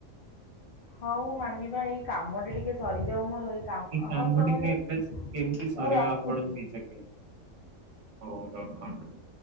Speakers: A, on the left (about 55°); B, on the right (about 60°).
A: ହଉ ମାନିବା ଏଇ କାମ ଟା ଟିକେ ସରିଯାଉ ମୋର।
B: ଏଇ କାମ
A: ହଉ ଶୁଣ
B: ଟି
A: ହେଲେ
B: କେବେ ସେ କେମତି ସରିବ
A: ମୁଁ ରଖୁଛି
B: ଆପଣ ନିଜେ କହିଲେ? ହଉ ହଉ ରଖନ୍ତୁ।